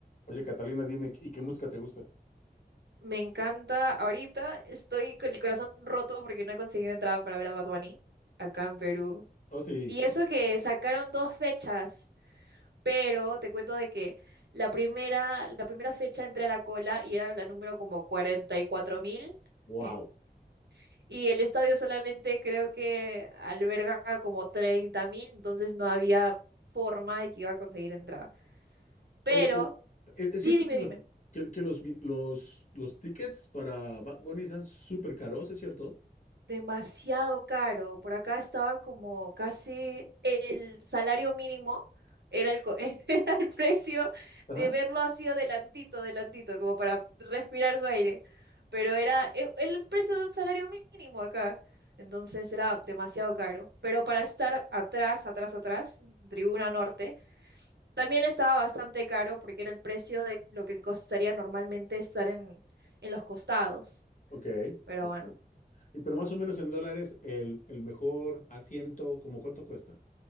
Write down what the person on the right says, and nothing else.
Me encanta. Ahorita estoy con el corazón roto porque no he conseguido entrada para ver a Bad Bunny acá en Perú.
Y eso que sacaron dos fechas, pero te cuento de que la primera, la primera fecha entré a la cola y era la número como 44 mil.
<laughs> Y el estadio solamente creo que alberga como 30 mil, entonces no había forma de que iba a conseguir entrada. Pero,
sí, dime,
dime.
demasiado caro. Por acá estaba como casi el salario mínimo, era el, co- <laughs> era el precio
de verlo así adelantito, adelantito, como para respirar su aire. Pero era e- el precio de un salario mínimo acá. Entonces era demasiado caro. Pero para estar atrás, atrás, atrás, Tribuna Norte, también estaba bastante caro porque era el precio de lo que costaría normalmente estar en, en los costados.
Pero
bueno.